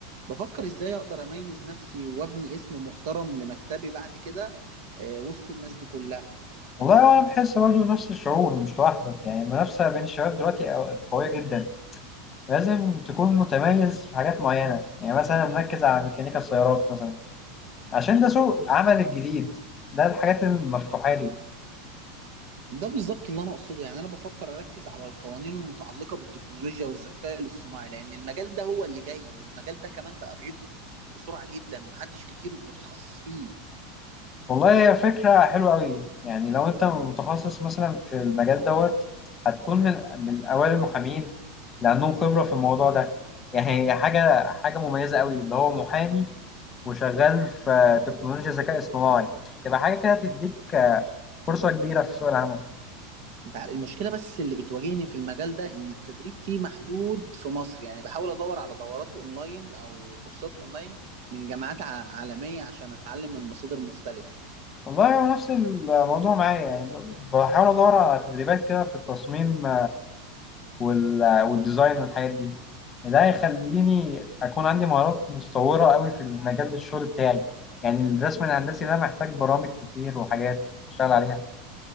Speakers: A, on the right; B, on the left.
A: بفكر ازاي اقدر اميز نفسي وابني اسم محترم لمكتبي بعد كده آه، وسط الناس دي كلها
B: والله وانا بحس برضو نفس الشعور مش لوحدك يعني المنافسه بين الشباب دلوقتي أو- قويه جدا لازم تكون متميز في حاجات معينه يعني مثلا مركز على ميكانيكا السيارات مثلا عشان ده سوق عمل الجديد ده الحاجات المفتوحه لي
A: ده بالظبط اللي انا اقصده يعني انا بفكر اركز على القوانين المتعلقه بالتكنولوجيا والذكاء الاصطناعي لان المجال ده هو اللي جاي والمجال ده كمان بقى بيكبر بسرعه جدا ومحدش كتير متخصص فيه
B: والله هي فكره حلوه قوي يعني لو انت متخصص مثلا في المجال دوت هتكون من من اوائل المحامين لانهم خبره في الموضوع ده يعني هي حاجه حاجه مميزه قوي اللي هو محامي وشغال في تكنولوجيا ذكاء اصطناعي تبقى حاجه كده تديك فرصة كبيرة في سوق العمل
A: انت عارف- المشكله بس اللي بتواجهني في المجال ده ان التدريب فيه محدود في مصر يعني بحاول ادور على دورات اونلاين او كورسات اونلاين من جامعات ع- عالميه عشان اتعلم من مصادر مختلفه
B: والله هو نفس الموضوع معايا يعني بحاول أدور على تدريبات كده في التصميم وال- والديزاين والحاجات دي ده هيخليني أكون عندي مهارات متطورة قوي في مجال الشغل بتاعي يعني الرسم الهندسي ده محتاج برامج كتير وحاجات أشتغل عليها